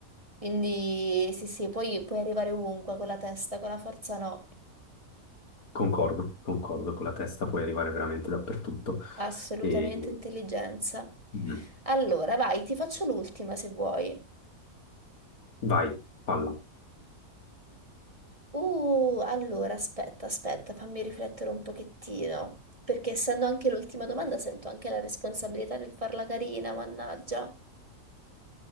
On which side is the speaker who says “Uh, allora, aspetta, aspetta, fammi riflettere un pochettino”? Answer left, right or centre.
Right